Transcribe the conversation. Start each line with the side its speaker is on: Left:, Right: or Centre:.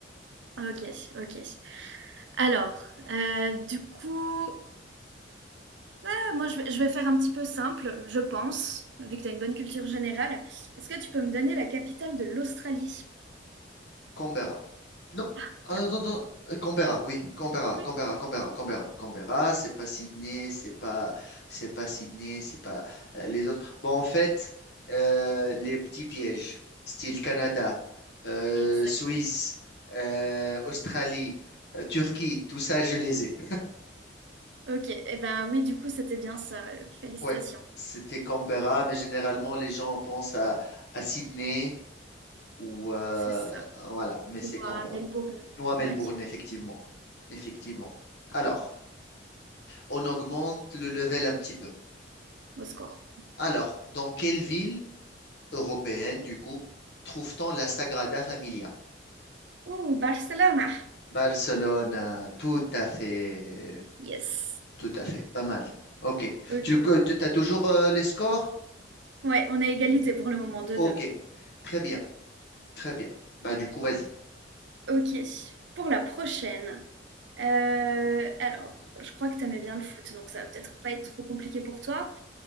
Right: Ok, ok. Alors, euh, du coup, ah, moi je vais, je vais faire un petit peu simple, je pense, vu que tu as une bonne culture générale. Est-ce que tu peux me donner la capitale de l'Australie?
Left: Canberra. Non,
Right: Ah,
Left: attends,
Right: bien.
Left: attends, attends. Euh, Canberra, oui, Canberra,
Right: Oui,
Left: Canberra, Canberra, Canberra, Canberra, c'est pas Sydney, c'est pas, c'est pas Sydney, c'est pas euh, les autres. Bon, en fait, euh, les petits pièges, style Canada, euh,
Right: exactement.
Left: Suisse, euh, Australie, euh, Turquie, tout ça, je les ai.
Right: Ok, et ben oui, du coup, c'était bien ça. euh, Félicitations.
Left: Ouais, c'était Canberra, mais généralement, les gens pensent à, à Sydney ou euh,
Right: C'est ça.
Left: voilà, mais
Right: وملبورن
Left: c'est Canberra. Ou à Melbourne,
Right: ouais
Left: effectivement, effectivement. Alors. on augmente le level un petit peu.
Right: au score
Left: Alors, dans quelle ville européenne, du coup, trouve-t-on la Sagrada Familia?
Right: oh Barcelona
Left: Barcelone, euh, tout à fait,
Right: yes
Left: tout à fait, pas mal. Ok.
Right: ok
Left: Tu as toujours euh, les scores?
Right: ouais on a égalité pour le moment deux
Left: Ok,
Right: deux.
Left: très bien, très bien. Bah, du coup, vas-y.
Right: ok pour la prochaine euh, alors je crois que t'aimais bien le foot donc ça va peut-être pas être trop compliqué pour toi